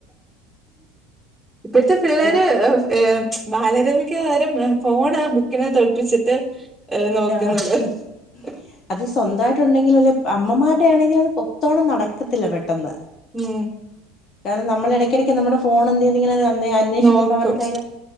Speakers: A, in the centre; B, on the left.
A: ഇപ്പഴത്തെ പിള്ളേര്
B: സ്കൂ
A: ഏഹ് ബാലരമക്ക് പകരം ഫോണാ ബുക്കിനകത്ത് ഒളിപ്പിച്ചിട്ട് ഏഹ് നോക്കുന്നത്
B: ആഹ്
A: <unintelligible>
B: അത് സ്വന്തമായിട്ടുണ്ടെങ്കില അമ്മമാരുടെ ആണെങ്കിൽ അത് ഒത്തോണം നടക്കത്തില്ല പെട്ടെന്ന്
A: ഉം
B: കാരണം നമ്മള് ഇടക്കിടക്ക് നമ്മുടെ ഫോൺ എന്തിന്നിങ്ങനെ ന്നെ അന്വേഷിക്കുമ്പോ
A: നോക്കും
B: അവരെ കൈയിലാ